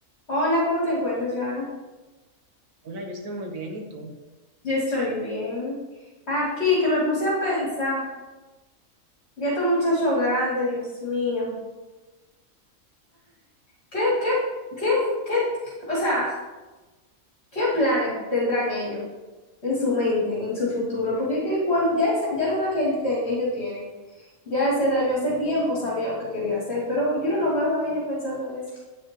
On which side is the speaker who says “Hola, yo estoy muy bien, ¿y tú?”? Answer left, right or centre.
Right